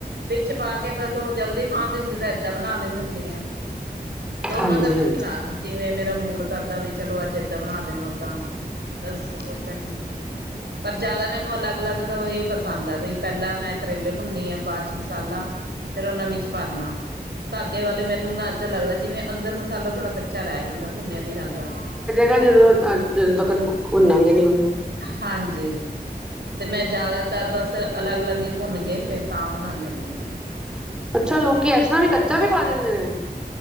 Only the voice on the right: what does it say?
ਵਿੱਚ ਪਾ ਕੇ ਬਸ ਉਹ ਜਲਦੀ ਖਾਂਦੀ ਹੁੰਦੀ ਤਾਂ ਏਦਾਂ ਬਣਾ ਲੈਂਣੀ ਹੁੰਨੀ ਆਂ। ਦੋਨੋਂ
ਤਰ੍ਹਾਂ
ਨਾਲ ਬਣਾ ਜਿਵੇਂ ਮੇਰਾ ਮੂਡ ਕਰਦਾ ਵੀ। ਚਲੋ ਅੱਜ ਏਦਾਂ ਬਣਾ ਲੈਣ। ਓਦਾਂ ਬਸ ਓਦਾਂ ਈ ਪਰ ਜਿਆਦਾ ਮੈਨੂੰ ਅਲੱਗ ਅਲੱਗ ਤਰਾਂ ਈ ਪਸੰਦ ਐ। ਬਈ ਪਹਿਲਾ ਮੈਂ ਕਰੇਲੇ ਭੁੰਨਨੀ ਆ ਬਾਅਦ ਚ ਮਸਾਲਾ ਫੇਰ ਉਹਨਾ ਵਿੱਚ ਭਰਨਾ। ਧਾਗੇ ਵਾਲੇ ਮੈਨੂੰ ਨਾ ਏਧਾ ਲੱਗਦਾ ਜਿਵੇਂ ਅੰਦਰ ਮਸਾਲਾ ਥੋੜਾ ਕਚ- ਕਿਆ ਰੈ ਜਾਂਦਾ ਭੁੰਨਿਆ ਨੀ ਜਾਂਦਾ।
ਹਾਂਜੀ ਤੇ ਮੈਂ ਜ਼ਿਆਦਾਤਰ ਬਸ ਅਲੱਗ ਅਲੱਗ ਈ ਭੁੰਨ ਕੇ ਫੇਰ ਤਾਂ ਬਣਾਣੀ ਹੁੰਨੀ ਆ।